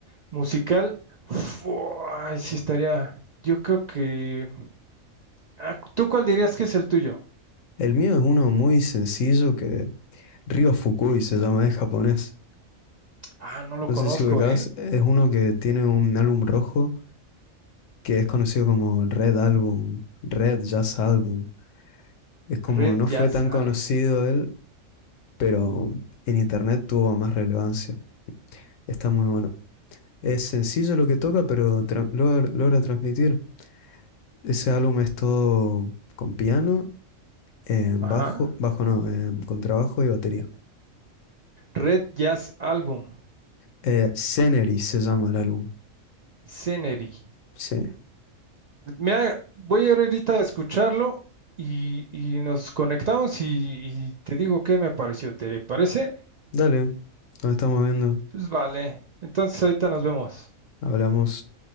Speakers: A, on the right; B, on the left.
A: musical, uf, ay, sí estaría, yo creo que... ah, ¿Tú cuál dirías que es el tuyo?
B: El mío es uno muy sencillo que Ryo Fukui se llama, es japonés.
A: Ah, no lo
B: No
A: conozco,
B: sé si ubicás,
A: ¿eh?
B: es uno que tiene un álbum rojo que es conocido como Red Album, Red Jazz Album. Es como,
A: Red
B: no fue
A: Jazz
B: tan conocido
A: Album.
B: él, pero en internet tuvo más relevancia. Está muy bueno. Es sencillo lo que toca, pero tra- logra, logra transmitir. Ese álbum es todo con piano, eh, bajo,
A: Ajá.
B: bajo no, eh, contrabajo y batería.
A: Red Jazz Album.
B: Eh, Scenery se llama el álbum.
A: Scenery.
B: Sí.
A: Mira, voy a ir ahorita a escucharlo y, y nos conectamos y, y te digo qué me pareció. ¿Te parece?
B: Dale, nos estamos viendo.
A: Pues vale. Entonces ahorita nos vemos.
B: Hablamos.